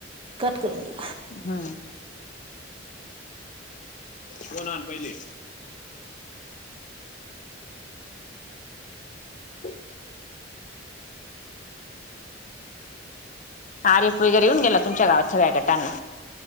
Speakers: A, on the right; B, on the left.
A: कट करून देऊ
B: हा दोन आण पहिले हो <unintelligible> आर फ वगैरे येऊन गेला तुमच्या गावात सगळ्या गटांना